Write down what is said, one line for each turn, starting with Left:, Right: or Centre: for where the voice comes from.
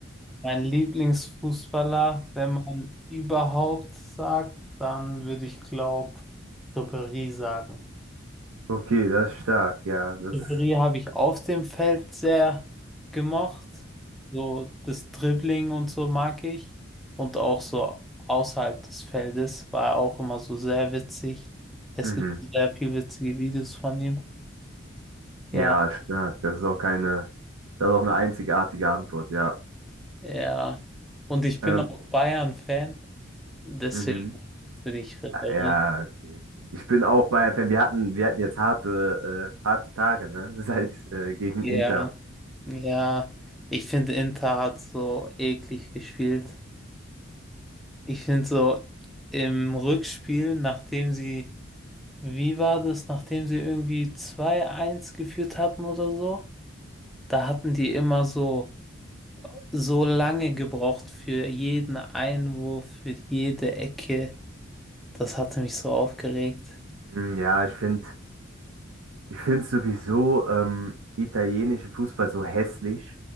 Centre: Mein Lieblingsfußballer, wenn man überhaupt sagt, dann würde ich glaube Ribéry sagen.
Right: Okay, das ist stark, ja, das,
Centre: Ribéry habe ich auf dem Feld sehr gemocht. So das Dribbling und so mag ich. Und auch so außerhalb des Feldes war er auch immer so sehr witzig. Es
Right: mhm.
Centre: gibt sehr viel witzige Videos von ihm. Ja.
Right: Ja, stark. Das ist auch keine, das ist auch eine einzigartige Antwort, ja.
Centre: Ja. Und ich bin
Right: Ähm,
Centre: auch Bayern-Fan, deswegen
Right: mhm.
Centre: bin ich Ribéry.
Right: Ja, okay. Ich bin auch bei, wenn wir hatten, wir hatten jetzt harte, äh, harte Tage, ne? <laughs> Seit äh, gegen
Centre: Ja,
Right: Inter.
Centre: ja. Ich finde, Inter hat so eklig gespielt. Ich finde so im Rückspiel, nachdem sie, wie war das, nachdem sie irgendwie zwei eins geführt hatten oder so, da hatten die immer so, so lange gebraucht für jeden Einwurf, für jede Ecke. Das hatte mich so aufgeregt.
Right: Mm, Ja, ich finde, ich finde sowieso ähm, italienischen Fußball so hässlich.